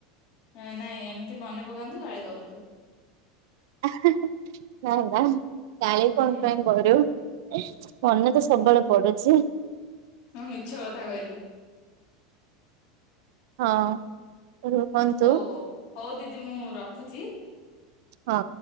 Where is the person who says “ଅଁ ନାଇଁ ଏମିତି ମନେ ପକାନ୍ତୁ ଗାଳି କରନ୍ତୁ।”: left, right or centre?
Left